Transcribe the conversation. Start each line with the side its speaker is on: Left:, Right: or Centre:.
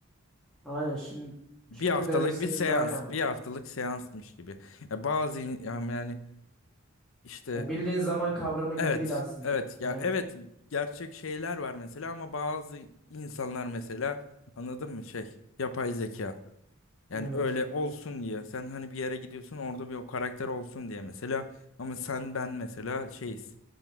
Centre: Aynen. Şimdi
Left: Bir
Centre: şimdi
Left: haftalık
Centre: demek istediğim
Left: bir seans,
Centre: daha iyi anladım.
Left: bir haftalık seansmış gibi. Ya bazı in- yani yani işte
Centre: Ya bildiğin zaman kavramı gibi
Left: evet,
Centre: değil aslında.
Left: evet ya
Centre: Aynen.
Left: evet gerçek şeyler var mesela ama bazı insanlar mesela anladın mı şey yapay zeka. Yani
Centre: Evet.
Left: öyle olsun diye. Sen hani bir yere gidiyorsun orada bir o karakter olsun diye mesela. Ama sen ben mesela şeyiz.